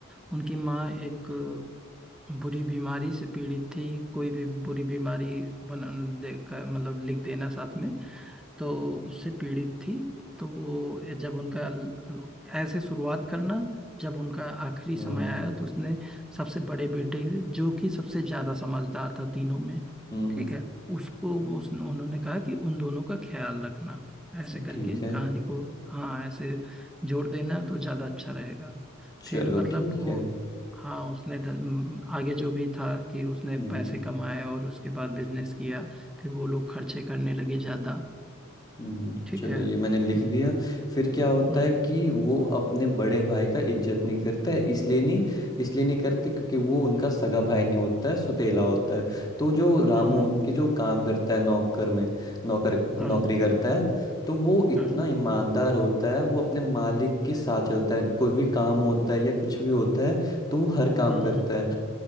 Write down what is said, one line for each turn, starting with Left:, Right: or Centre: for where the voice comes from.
Centre: उनकी माँ एक बुरी बीमारी से पीड़ित थी कोई भी बुरी बीमारी बना दे का- मतलब लिख देना साथ में तो उससे पीड़ित थी तो वो जब उनका ऐसे शुरुआत करना जब उनका आखिरी
Left: हम्म
Centre: समय आया तो उसने सबसे बड़े बेटे जो कि सबसे ज्यादा समझदार था तीनों में
Left: हम्म
Centre: ठीक है उसको उस, उन्होंने कहा कि उन दोनों का ख्याल रखना ऐसे करके
Left: ठीक है
Centre: कहानी को हाँ ऐसे जोड़ देना तो ज्यादा अच्छा रहेगा
Left: चलो
Centre: फिर मतलब
Left: ठीक
Centre: वो
Left: है
Centre: हाँ उसने ध- म, आगे जो भी था कि उसने
Left: हम्म
Centre: पैसे कमाए और उसके बाद बिजनेस किया फिर वो लोग खर्चे करने लगे ज्यादा
Left: हम्म,
Centre: ठीक
Left: चलो
Centre: है
Left: ये
Centre: हम्म
Left: मैंने लिख लिया फिर क्या होता
Centre: हम्म
Left: है कि वो अपने बड़े भाई का इज्जत नहीं करता है इसलिए नहीं इसलिए नहीं करते क्योंकि वो उनका सगा भाई नहीं होता है सुतेला होता है तो जो रामू
Centre: हम्म
Left: उनके जो काम करता है नौकर में नौकर
Centre: हाँ
Left: नौकरी
Centre: हाँ
Left: करता है तो वो इतना
Centre: हाँ हाँ
Left: ईमानदार होता है वो अपने मालिक के साथ चलता है कोई भी काम होता है या कुछ भी होता है तो वो हर काम
Centre: हम्म
Left: करता है